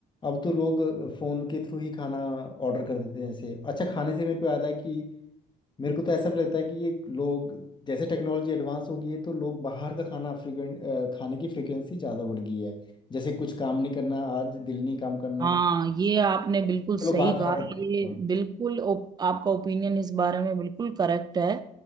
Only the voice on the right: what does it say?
हाँ
ये आपने बिल्कुल सही
कहा
ये
बिल्कुल ओप, आपका ओपिनियन इस बारे में बिल्कुल करेक्ट है